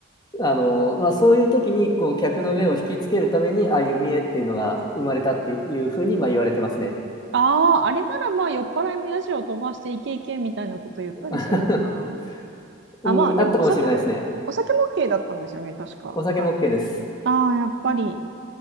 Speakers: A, on the left; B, on the right.
A: あの、まあ、そういう時に、こう、客の目を引きつけるために、ああいう見栄っていうのが生まれたっていうふうに、まあ、言われてますね。
B: ああ、あれならまあ酔っ払いもヤジを飛ばしていけいけみたいなこと言ったりするのかな。
A: <laughs> うん、
B: あ、まあでもお酒も、
A: あったかもしれないですね。
B: お酒も OK だったんですよね、確か。
A: お酒も
B: はい。
A: OK です。
B: ああ、やっぱり。